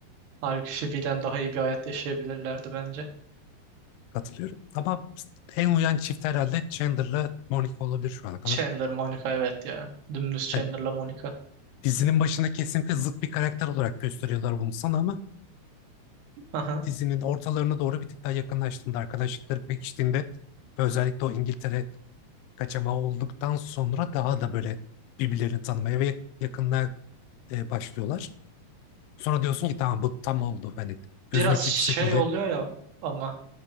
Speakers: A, on the right; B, on the left.
A: Halbuki Phoebe ile daha iyi bir hayat yaşayabilirlerdi bence.
B: Katılıyorum. Ama en uyan çift herhalde Chandler'la Monica olabilir şu ana kadar.
A: Chandler, Monica evet ya. Dümdüz Chandler'la
B: Hani
A: Monica.
B: dizinin başında kesinlikle zıt bir karakter olarak gösteriyorlar bunu sana ama
A: Aha.
B: dizinin ortalarına doğru bir tık daha yakınlaştığında, arkadaşlıkları pekiştiğinde ve özellikle o İngiltere kaçamağı olduktan sonra daha da böyle birbirlerini tanımaya ve yakınlığa e, başlıyorlar. Sonra diyorsun ki tamam bu tam oldu. Hani gözüne
A: Biraz
B: hiçbir şekilde
A: şey oluyor ya ama